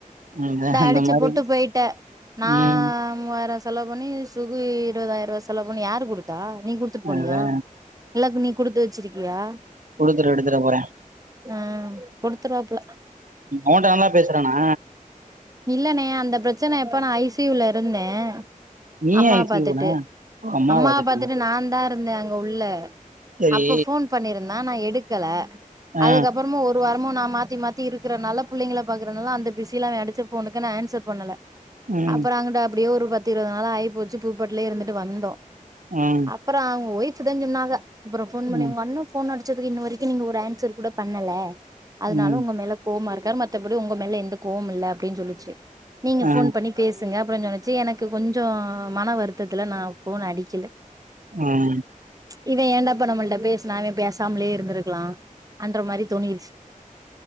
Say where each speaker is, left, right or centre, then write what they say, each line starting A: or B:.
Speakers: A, on the right; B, on the right.
A: ம்
B: இந்த
A: அந்த
B: அடிச்சு
A: மாரி
B: போட்டு போயிட்ட. நாம.
A: ம்
B: ஆயிரவா <unintelligible> செலவு பண்ணி சுபு இருபதாயிரம் ரூபா செலவு பண்ணி யாரு கொடுத்தா? நீ குடுத்துட்டு போனியா?
A: அதா
B: எல்லாக்கு நீ குடுத்து வச்சிருக்கியா.
A: குடுத்துட்டு எடுத்துட போறே
B: உம் கொடுத்துருவாப்ல
A: உன்ட்ட நல்லா பேசுறானா
B: இல்லனே அந்த பிரச்சனை எப்பனா ஐசியூ ல. யிருந்தேன்.
A: நீ
B: அம்மாவ
A: ஏ ஐ சி
B: பாத்துட்டு.
A: யு போன ஓ அம்மாவா
B: அம்மாவை
A: அதுக்குன்னு
B: பாத்துட்டு நான் தான் இரு. இருந்தேன் அங்க உள்ள.
A: சரி
B: அப்போ போன் பண்ணிருந்தே. ந நான் எடுக்கல.
A: ஆ
B: அதுக்கப்புறமா ஒரு வாரம். நான் மாத்தி மாத்தி இருக்கிறனால பிள்ளைகள பாக்குறதுனால அந்த பிசில அவன் அடிச்ச போனுக்கு நான் ஆன்சர் பண்ணல.
A: ம்
B: அப்புறம் அங்கட்டு. அப்படியே ஒருபத்து இருபது நாள ஆயி போச்சு. பூப்பட்லய இருந்துட்டு வந்தோம்.
A: ம்
B: அப்புறம் அவங்க ஒய்ப். இப்பதா சொன்னாக. அப்புறம் போன்பண்ணி,
A: ம்
B: உங்க அண்ண ஃபேன் அடி. <unintelligible> இன்ன வரைக்கும் நீங்க ஒரு ஆன்சர் கூட. பண்ணல. அதனால
A: ம்
B: உங்க மேல கோபமா இருக்க. மத்தப்படி உங்க மேல எந்த கோவம் இல்ல அப்படின்னு சொல்லிச்சு. நீங்க
A: ஆ
B: ஃபோன் பண்ணி பேசுங்க அப்புறோ நெனச்சு எனக்கு கொஞ்சோ மன வருத்தத்துல நா ஃபோன்னு அடிக்கல
A: ம்
B: ம்ச் இவ ஏன்டா பண்ண முடில பேசுனா இவ பேசாமலயே இருந்துருக்கலா அந்த மாரி தோணிருச்சு